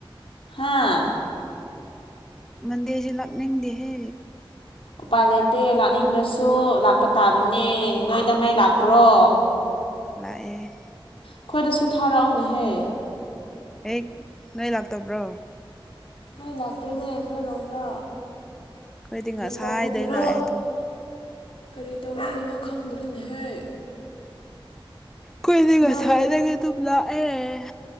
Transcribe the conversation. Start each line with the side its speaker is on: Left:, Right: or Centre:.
Left: ꯍꯥꯥ
Centre: ꯃꯗꯤꯦꯖꯤ ꯂꯛꯅꯤꯡꯗꯤ ꯍꯦ
Left: ꯎꯄꯥꯏ ꯂꯩꯇꯦ ꯂꯥꯛꯅꯤꯡꯗ꯭ꯔꯁꯨ ꯂꯥꯛꯄ ꯇꯥꯕꯅꯦ ꯅꯣꯏꯗ ꯃꯩ ꯂꯥꯛꯄ꯭ꯔꯣ
Centre: ꯂꯥꯛꯑꯦ
Left: ꯑꯩꯈꯣꯏꯗꯁꯨ ꯊꯥꯔꯛꯎꯅꯦꯍꯦ
Centre: ꯍꯦꯛ ꯅꯣꯏ ꯂꯥꯛꯇ ꯄ꯭ꯔꯣ
Left: ꯅꯣꯏ ꯂꯥꯛꯇꯣꯏꯅꯦ ꯑꯩꯈꯣꯏꯔꯣꯝꯗ
Centre: ꯑꯩꯈꯣꯏꯗꯤ
Left: ꯀꯔꯤ
Centre: ꯉꯁꯥꯏꯗꯩ
Left: ꯇꯧꯕꯒꯤꯔꯣ
Centre: ꯂꯥꯛꯑꯦ ꯑꯗꯨꯝ
Left: ꯀꯔꯤ ꯇꯧꯕꯒꯤꯅꯣ ꯈꯪꯗ꯭ꯔꯤꯅꯦꯍꯦꯛ
Centre: ꯀꯗꯤꯒꯁꯗꯒꯦ
Left: ꯃꯩ
Centre: ꯇꯨꯄꯂ ꯑꯦ